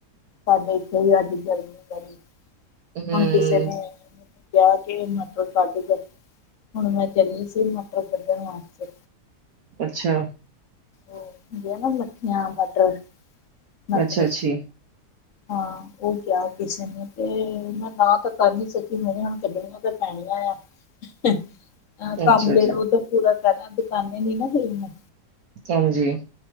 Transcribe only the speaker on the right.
ਹਮ
ਅੱਛਾ।
ਅੱਛਾ ਜੀ,
ਅੱਛਾ
ਜੀ,
ਹਾਂਜੀ।